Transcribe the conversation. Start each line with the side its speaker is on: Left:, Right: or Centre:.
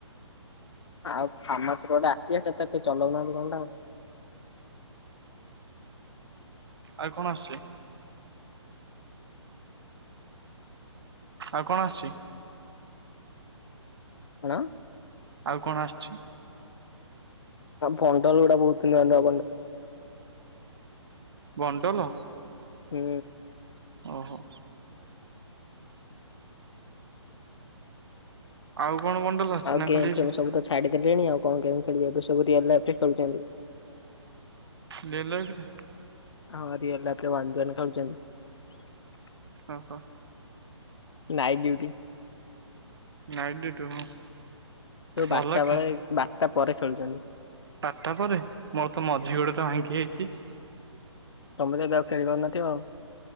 Left: ଆଉ ଫାର୍ମାସର ଗୋଟେ ଆସିଚି ଯେ ସେତେ ପି ଚଲଉନାହାନ୍ତି କଣଟା ଆଉ।
Right: ଆଉ କଣ ଆସଛି? ଆଉ କଣ ଆସୁଚି?
Left: ହେଲା।
Right: ଆଉ କଣ ଆସିଚି।
Left: ଫଣ୍ଡଲ ଗୁଡାକୁ ଉଠେଇବାନ
Right: ବଣ୍ଡଲ,
Left: ହୁଁ,
Right: ଓହୋ, ଆଉ। କଣ ବଣ୍ଡଲ ଆସୁଛି
Left: ଆଉ
Right: ନା
Left: ଗେମ୍
Right: ଖାଲି
Left: ଫେମ ସବୁତ ଛାଡି ଦେଲେଣି ଆଉ କଣ ଗେମ ଖେଲିବାକୁ ସବୁ ରି ଆମ ଆପ ଖେଳୁଛନ୍ତି।
Right: ଲେଲ ଫରେ <inaudible>
Left: ହଁ ରିଅଲ ଆପରେ ୱାନ ଡ୍ରେନ ଖେଳୁଛନ୍ତି।
Right: ଓ ହୋ,
Left: ନାଇଟ ଡ୍ୟୁଟି।
Right: ନାଇଟ ଡ୍ୟୁଟି ହଁ,
Left: ସବୁ ବାରଟା
Right: ଭଲ ଖେ
Left: ବେଳେ ବାରଟା ପରେ ଖେଳୁଛନ୍ତି।
Right: ବାରଟା ପରେ ମୋର ତ ମଝି ଗୋଡଟା ଭାଙ୍ଗି ଯାଇଛି।
Left: ତମେତାହେଲେ ଆଉ ଖେଳିପାରୁନଥିବ ଆଉ।